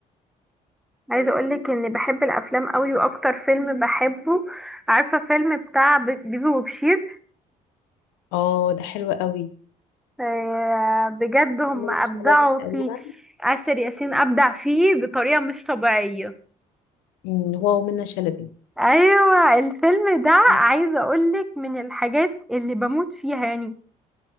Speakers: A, in the centre; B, on the left (about 85°).
A: عايزه اقولك اني بحب الافلام قوي واكتر فيلم بحبه عارفه فيلم بتاع ب- بيبي وبشير
B: اه ده حلو قوي
A: آه، بجد هم
B: منة
A: ابدعوا
B: شلبي
A: فيه
B: تقريبا
A: آسر ياسين ابدع فيه بطريقه مش طبيعيه
B: مم، هو ومنة شلبي
A: ايوه الفيلم ده
B: مم،
A: عايزه اقولك من الحاجات اللي بموت فيها يعني